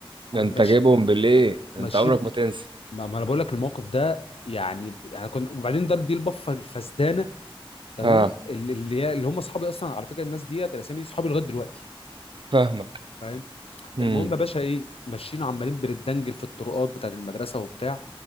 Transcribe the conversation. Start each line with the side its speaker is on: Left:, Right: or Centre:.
Left: كنا
Right: ده انت
Left: ماشي
Right: جايبهم بالايه ده
Left: ماشيين
Right: انت عمرك ما تنسى
Left: ما ما انا بقول لك الموقف ده يعني ب- يعني كنا وبعدين دار دي البفه الفسدانه تمام
Right: اه
Left: اللي اللي هي- اللي هم اصحابي اصلا على فكره الناس ديت الاسامي دي اصحابي لغايه دلوقتي
Right: فاهمك
Left: فاهم
Right: امم
Left: المهم يا باشا ايه ماشيين عمالين بنتدنجل في الطرقات بتاعت المدرسه وبتاع